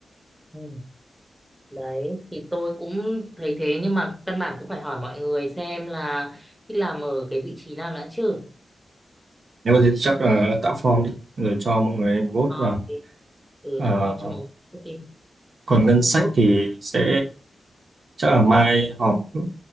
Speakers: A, in the centre; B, on the right.
A: ừ. Đấy thì tôi cũng thấy thế nhưng mà căn bản cũng phải hỏi mọi người xem là thích làm ở cái vị trí nào đã chứ.
B: nếu mà thế thì chắc là tạo form đi rồi cho mọi người vote
A: Ờ,
B: vào
A: thì- Ừ,
B: Ờ,
A: đã phong cho mọi người vote đi.
B: còn ngân sách
A: Vote.
B: thì sẽ chắc là mai họp ừ,